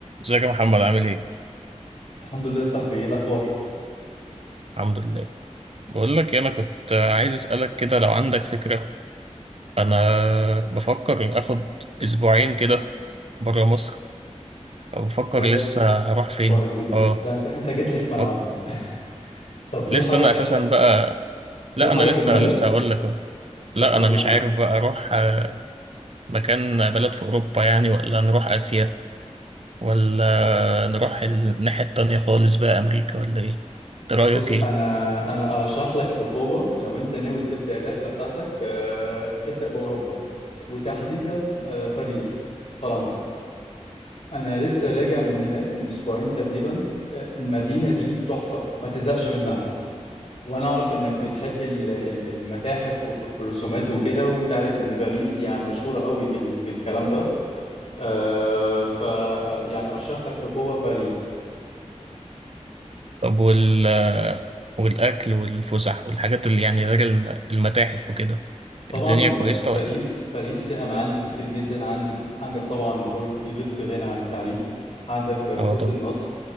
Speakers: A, on the right (about 55°); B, on the left (about 60°).
A: ازيك يا محمد عامل ايه؟
B: الحمد لله يا صاحبي ايه الاخبار
A: الحمد لله بقول لك إيه، انا كنت عايز اسالك كده لو عندك فكره انا بفكر اخد اسبوعين كده بره مصر فبفكر
B: بجد
A: لسه هروح فين
B: كويس جدا
A: اه
B: لا انت انت جيت لي في ملعبي
A: أه.
B: <laughs> طب في
A: لسه
B: حاجه
A: انا اساسا بقى
B: في
A: لا
B: حاجه
A: انا لسه
B: في دماغك
A: لسه هقول لك أهو. لا
B: طب قول
A: انا مش
B: معاك
A: عارف بقى اروح آه، مكان بلد في اوروبا يعني ولا نروح اسيا ولا نروح الناحيه التانية خالص بقى امريكا ولا ايه؟ إنت رايك
B: بص
A: ايه؟
B: انا انا ارشح لك بقوه لو انت ناوي تبدا الرحله بتاعتك آه، ابدا باوروبا وتحديدا آه، باريس فرنسا انا لسه راجع من هناك من اسبوعين تقريبا آه، المدينه دي تحفه ما تزهقش منها وانا اعرف انك بتحب ال- ال- المتاحف والرسومات وكده وانت عارف ان باريس يعني مشهوره قوي بال- بالكلام ده آه، ف آه، يعني ارشح لك بقوه باريس
A: طب وال والأكل والفسح والحاجات اللي يعني غير ال- المتاحف وكده
B: طبعا
A: الدنيا كويسة
B: آه، باريس
A: ولا؟
B: باريس فيها معالم كتير جدا عندك عندك طبعا برج ايفل في غنى عن التعريف عندك آه،
A: اه
B: قوس
A: طبعا
B: النصر